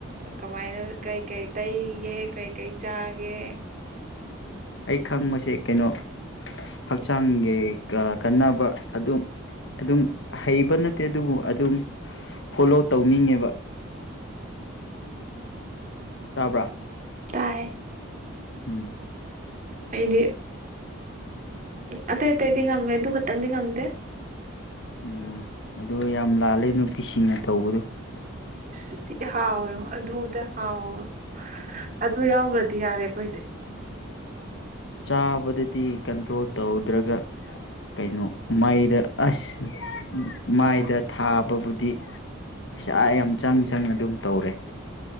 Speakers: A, on the right; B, on the left.
A: ꯀꯃꯥꯏꯅ ꯀꯩꯀꯩ ꯇꯩꯒꯦ ꯀꯩꯀꯩ ꯆꯥꯒꯦ
B: ꯑꯩ ꯈꯪꯕꯁꯦ ꯀꯩꯅꯣ ꯍꯛꯆꯥꯡꯒꯤ ꯀꯥꯟꯅꯕ ꯑꯗꯨꯝ ꯑꯗꯨꯝ ꯍꯩꯕ ꯅꯠꯇꯦ ꯑꯗꯨꯕꯨ ꯑꯗꯨꯝ ꯐꯣꯜꯂꯣ ꯇꯧꯅꯤꯡꯉꯦꯕ ꯇꯥꯕ꯭ꯔꯥ
A: ꯇꯥꯏ
B: ꯎꯝ
A: ꯑꯩꯗꯤ ꯎ ꯑꯇꯩ ꯑꯇꯩꯗꯤ ꯉꯝꯃꯦ ꯑꯗꯨ ꯈꯛꯇꯪꯗꯤ ꯉꯝꯗꯦ
B: ꯎꯝ ꯑꯗꯨ ꯌꯥꯝ ꯂꯥꯜꯂꯦ ꯅꯨꯄꯤꯁꯤꯡꯅ ꯇꯧꯕꯗꯣ
A: ꯏꯁ ꯊꯤ ꯍꯥꯎꯋꯦꯉꯣ ꯑꯗꯨꯗ ꯍꯥꯎꯕ ꯑꯗꯨ ꯌꯥꯎꯈꯒ꯭ꯔꯗꯤ ꯌꯥꯔꯦ ꯑꯩꯈꯣꯏꯗꯤ
B: ꯆꯥꯕꯗꯗꯤ ꯀꯟꯇ꯭ꯔꯣꯜ ꯇꯧꯗ꯭ꯔꯒ ꯀꯩꯅꯣ ꯃꯥꯏꯗ ꯑꯁ ꯃꯥꯏꯗ ꯊꯥꯕꯕꯨꯗꯤ ꯄꯩꯁꯥ ꯌꯥꯝ ꯆꯪ ꯆꯪꯅ ꯑꯗꯨꯝ ꯇꯧꯔꯦ